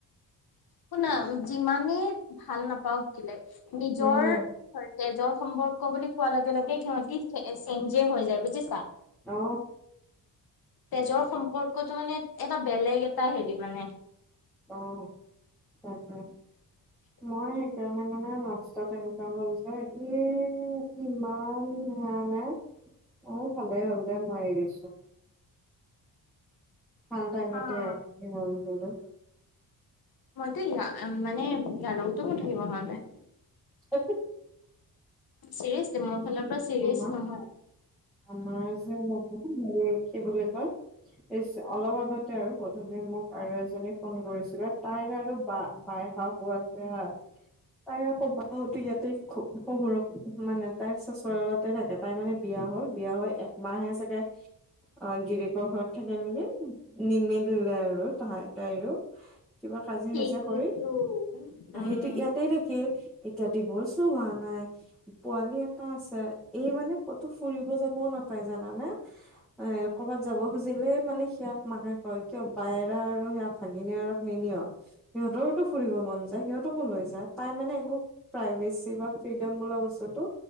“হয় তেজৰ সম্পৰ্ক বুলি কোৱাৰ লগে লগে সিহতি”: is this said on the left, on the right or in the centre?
Left